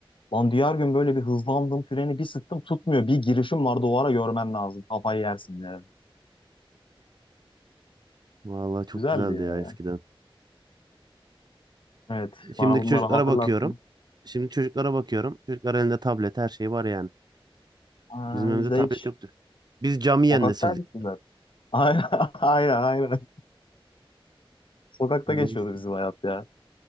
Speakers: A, on the left; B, on the right.
A: Lan diğer gün böyle bir hızlandım freni bir sıktım tutmuyor. Bir girişim vardı o ara görmen lazım. Kafayı yersin ya.
B: Vallahi çok
A: Güzeldi
B: güzeldi
A: ya.
B: ya eskiden.
A: Evet bana
B: Şimdiki
A: bunları
B: çocuklara
A: hatırlattın.
B: bakıyorum. Şimdiki çocuklara bakıyorum. Çocuklar elinde tablet her şey var yani.
A: Aa,
B: Bizim evimizde
A: biz de
B: tablet
A: hiç
B: yoktu. Biz camiyen
A: sokaktaydık
B: nesildik.
A: biz zaten. <laughs> Aynen aynen aynen. Sokakta
B: Neyse.
A: geçiyordu bizim hayat ya.